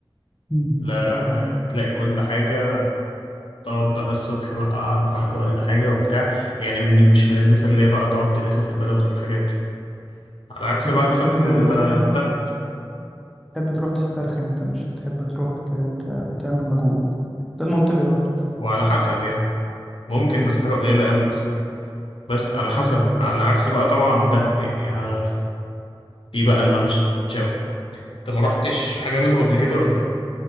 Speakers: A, in the centre; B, on the left.
A: مم.
B: لا
A: تمام
B: تلاقي كل حاجه تقعد بقى الصبح بقى على البحر ولا حاجه وبتاع يعني من مش من الناس اللي هي بقى تقعد تلف في البلد والحاجات دي على عكس
A: انت
B: بقى
A: بتحب
B: مثلا ال- الدهب
A: تروح تحب تروح تسترخي انت مش بتحب تروح ت... ت... تعمل مجهود ده المنطقي برضه
B: وعلى حسب يعني ممكن بس حاجه قليله قوي بس بس على حسب
A: مم.
B: على عكس بقى طبعا دهب يعني آه، في بقى الممشى انت ما رحتش حاجه منهم قبل كده ولا إيه؟